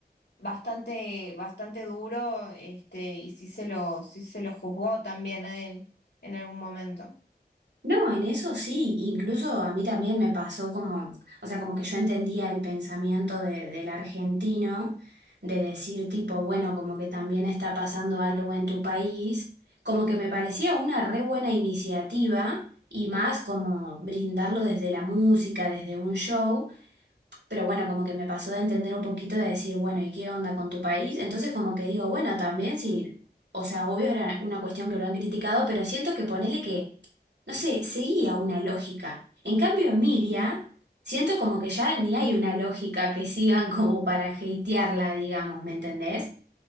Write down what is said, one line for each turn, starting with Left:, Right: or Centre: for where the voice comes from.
Left: bastante, bastante duro, este, y sí se lo, sí se lo juzgó también a él en algún momento.
Right: No, en eso sí, incluso a mí también me pasó como, o sea, como que yo entendía el pensamiento de- del argentino de decir tipo, bueno, como que también está pasando algo en tu país, como que me parecía una re buena iniciativa y más como brindarlo desde la música, desde un show, pero bueno, como que me pasó de entender un poquito de decir, bueno, ¿y qué onda con tu país? Entonces como que digo, bueno, también sí, o sea, obvio era una cuestión que lo han criticado, pero siento que ponele que, no sé, seguía una lógica. En cambio, Emilia, siento como que ya ni hay una lógica que sigan como para hatearla, digamos, ¿me entendés?